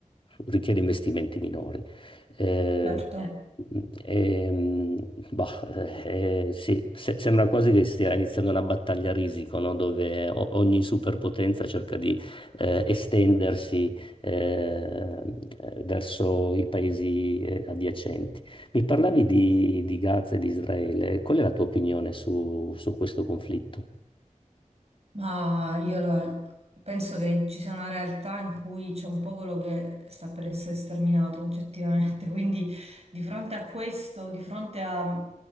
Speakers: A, on the left (about 40°); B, on the right (about 50°).
A: richiede investimenti minori. Eh,
B: Certo.
A: ehm, bah, eh, sì, se- sembra quasi che stia iniziando una battaglia a risico, no? Dove o- ogni superpotenza cerca di eh, estendersi eh, verso i paesi eh, adiacenti. Mi parlavi di, di Gaza e di Israele, qual è la tua opinione su, su questo conflitto?
B: Ma io lo- penso che ci sia una realtà in cui c'è un popolo che sta per essere sterminato oggettivamente, <laughs> quindi di fronte a questo, di fronte a mm,